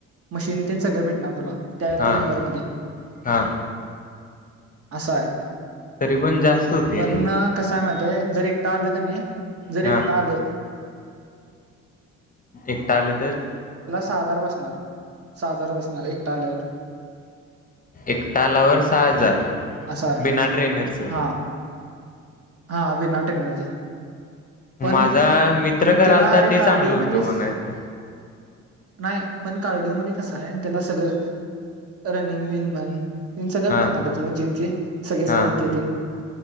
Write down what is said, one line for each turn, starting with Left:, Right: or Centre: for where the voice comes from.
Right: मशीन ते सगळं भेटणार तुला त्या
Left: हां
Right: तीन हजार मध्ये
Left: हां
Right: असाय
Left: तरी पण जास्त होते
Right: पण
Left: रे
Right: कसय माहितीय जर एकटा आलं कने जर
Left: हां
Right: एकटा आलं
Left: एकटा आलं तर
Right: सहा ह जार बसणार सहा हजार बसणार एकटा आल्यावर
Left: एकटा आल्यावर सहा हजार
Right: असं आहे
Left: बिना ट्रेनरच
Right: हा हा अभी नाटक नाहीचा पण
Left: माझा मित्र करालता
Right: त्याला अरे
Left: ते
Right: कार्डिओ
Left: चांगलं
Right: म्हणजेस
Left: होतं म्हणायचं
Right: नाही पण कार्डिओ म्हणजे कस आहे त्याला सगळं रनिंग विल म्हण येल सगळं
Left: हां
Right: भेटणार आहे तुला जिमचे सगळे साहित्य
Left: हां
Right: येतील